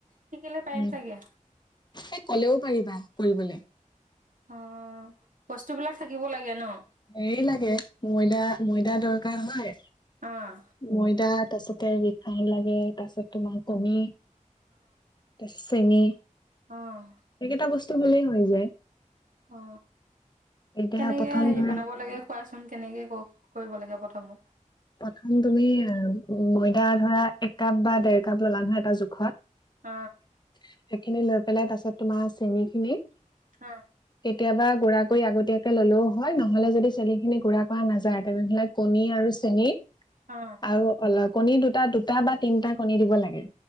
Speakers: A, on the right; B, on the left.
A: শিকিলে পাৰিম
B: উম
A: চাগে।
B: এই কলেও পাৰিবা কৰিবলে।
A: অ' বস্তু বিলাক থাকিব লাগে ন'।
B: হেৰি লাগে ময়দা ময়দাত দৰকাৰ হয়
A: অ'
B: ময়দাত তাৰপিছতে ৰিফাইন লাগে তাৰপিছত তোমাৰ কমি তাৰ চেনি
A: অহ
B: এইকেইটা বস্তু হলেই হৈ যায়
A: অ
B: এতিয়া
A: কেনেকে
B: প্ৰথম
A: হেৰি
B: ধৰা
A: বনা লাগে খোৱাচোন কেনেকে কৰিব লাগে প্ৰথম
B: প্ৰথম তুমি ময়দা ধৰা এক কাপ বা দেৰ কাপ ললা নহয় এটা জোখত
A: অ
B: এখিনি লাভ পেলাই তাৰ পিছত তোমাৰ চেনি খিনি
A: হ
B: কেতিয়াবা গুড়া কৰি আগতীয়াকে ললেও হয় নহলে যদি চেনি খিনি গুড়া কৰা নাযায় তেনেহলে কণী আৰু এনেই
A: অ
B: আৰু অলপ কণী দুটা দুটা বা তিনটা কণী দিব লাগে